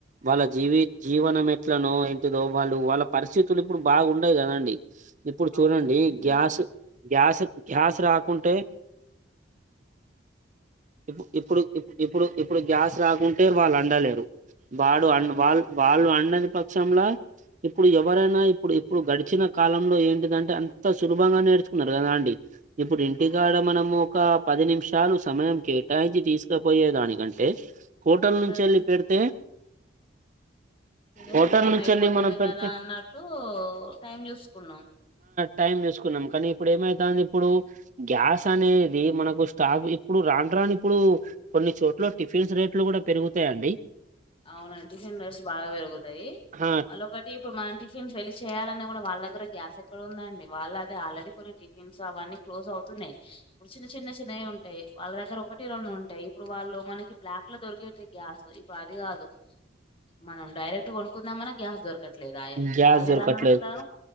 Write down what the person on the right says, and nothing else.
వాళ్ళ జీవి జీవనమే ట్లనో ఎంటిదో వాళ్ళు వాళ్ళ పరిస్థితులు ఇప్పుడు బాగుండయి కదండి ఇప్పుడు
చూడండి గ్యాస్ గ్యాస్ గ్యాస్ రాకుంటే ఇప్పు ఇప్పుడు ఇప్పు ఇప్పుడు ఇప్పుడు గ్యాస్ రాకుంటే వాళ్ళు అండలేరు వాడు
అండ్ వాళ్ వాళ్ళు అండని పక్షంలా ఇప్పుడు ఎవరైనా ఇప్పుడు ఇప్పుడు గడిచిన కాలంలో ఏంటిదంటే ఆంత సులభంగా నేర్చుకున్నారు గదా అండి ఇప్పుడు ఇంటికాడ
మనము ఒక పది నిమిషాలు సమయం కెటాయించీ తీసుకపోయే దానికంటే హోటల్
నుంచెళ్ళి
పెడితే
హోటల్
నుంచి
వెళ్ళి మనం పెడితే
టైమ్ చసుకున్నాం కానీ ఇప్పుడు ఏమైతాంది ఇప్పుడు గ్యాస్ అనేది మనకు స్టాక్‌ ఇప్పుడు రాన్ ట్రానిప్పుడు కొన్ని చోట్ల టిఫిన్స్ రేట్లు కూడా పెరుగుతాయండి
ఆ
గ్యాస్
దొరకట్లేదు